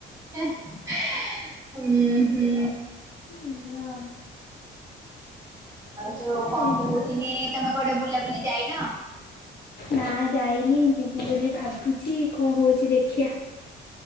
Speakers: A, on the right (about 15°); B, on the left (about 55°).
A: ହୁଁ ହୁଁ।
B: ଏଇଆ
A: ଆଉ ଯୋଉ
B: ଆଉ
A: କଣ କହୁଥିଲି ତମେ କୋଆଡ଼େ ବୁଲାବୁଲି ଯାଇନ।
B: ନା ଯାଇନି ଯିବି ବୋଲି ଭାବୁଛି କଣ ହଉଛି ଦେଖିଆ।